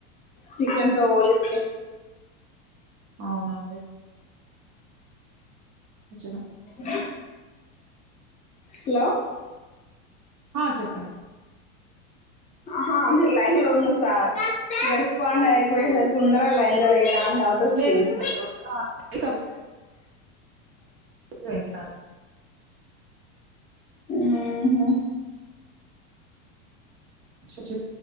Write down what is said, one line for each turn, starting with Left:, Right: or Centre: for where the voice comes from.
Left: చికెన్ తో పోలిస్తే
Right: అవును అండి వొచనా
Left: హా హలో
Right: ఆ చెప్పండి
Left: ఆహా మీరు లైన్ లో ఉండు సా రెస్పాండ్ అయిపోయేసరికి ఉన్నారా లైన్ లో లేదా అ డౌట్ వచ్చింది
Right: లేదు లేదు, ఉన్నా అంటే, వెంటారు
Left: ఆహా
Right: సుసు